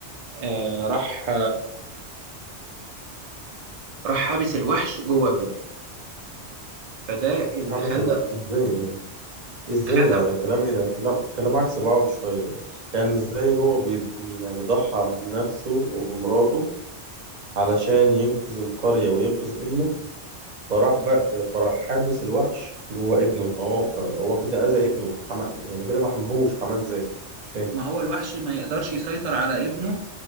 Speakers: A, on the right; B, on the right.
A: آه راح راح حابس الوحش جوه ابنه فده اللي
B: حبس
A: خلى
B: ال- ازاي ازاي
A: ختمه
B: يعني الكلام ايه ده كلام كلام عكس بعضه شوية يعني ازاي هو بي يعني ضحى بنفسه وبمراته علشان ينقذ القرية وينقذ ابنه فراح بقى فراح حابس الوحش جوه ابنه فهو فهو كده أذى ابنه فحما يعني كده ما حماهوش حماه ازاي مش فاهم
A: ما هو الوحش ما يقدرش يسيطر على ابنه